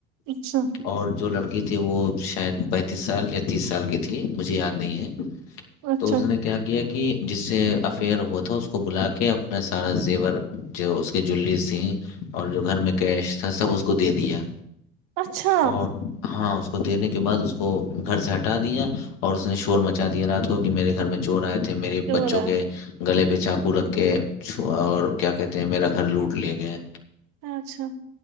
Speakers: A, on the right; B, on the left.
A: اچھا
B: اور جو لڑکی تھی وہ شاید پینتیس سال یا تیس سال کی تھی مجھے یاد نہیں ہے
A: اچھا
B: تو اس نے کیا کہ ایک کہ جس سے افیئر ہوا تھا اس کو بلا کے اپنا سارا زیور جو اس کے جلی تھیں اور جو گھر میں کیش تھا سب اس کو دے دیا
A: اچھا
B: اور ہاں اس کو دنے کے بعد اس کو گھر سے ہٹا دیا اور اس نے شور مچا دیا رات کو کیونک میرے گھر میں چور تھے میرے
A: جو
B: بچوں
A: ہو رہا
B: کے گلے پہ چاقو رکھ کے اور کیا کہتے ہیں میرا گھر لوٹ لے گئے
A: اچھا